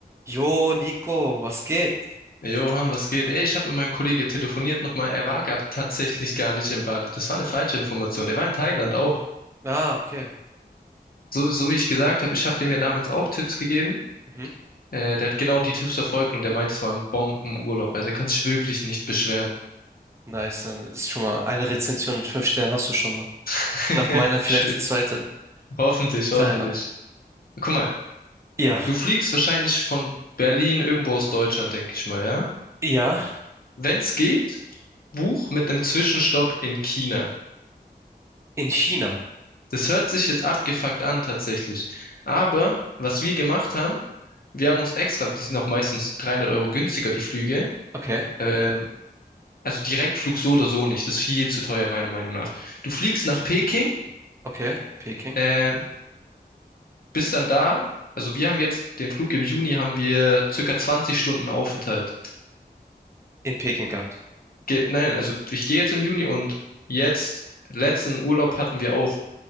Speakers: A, on the right; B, on the left.
A: Jo, Nico, was geht?
B: Hey Johann, was geht? Ey, ich habe mit meinem Kollegen telefoniert nochmal. Er war gar tatsächlich gar nicht in Bali. Das war eine falsche Information. Der war in Thailand auch.
A: Ah, okay.
B: So, so wie ich gesagt habe, ich habe dem ja damals auch Tipps gegeben.
A: Mhm.
B: Äh, der hat genau die Tipps verfolgt und der meint, es war ein Bombenurlaub. Also er kann sich wirklich nicht beschweren.
A: Nice, dann ist schon mal eine Rezension mit fünf Sternen hast du schon mal.
B: <laughs>
A: Nach meiner vielleicht
B: Schön.
A: die zweite.
B: Hoffentlich,
A: Thailand.
B: hoffentlich. Guck mal,
A: Ja,
B: du fliegst wahrscheinlich von Berlin irgendwo aus Deutschland, denke ich mal, ja?
A: ja,
B: Wenn es geht, buch mit einem Zwischenstopp in China.
A: in China.
B: Das hört sich jetzt abgefuckt an, tatsächlich. Aber was wir gemacht haben, wir haben uns extra, die sind auch meistens 300 Euro günstiger, die Flüge.
A: Okay,
B: Ähm, also Direktflug so oder so nicht. Das ist viel zu teuer, meiner Meinung nach. Du fliegst nach Peking,
A: okay, Peking.
B: ähm, bist dann da. Also wir haben jetzt den Flug im Juni, haben wir circa 20 Stunden Aufenthalt.
A: In Peking gehabt.
B: Ge nein, also ich gehe jetzt im Juni und jetzt, letzten Urlaub hatten wir auch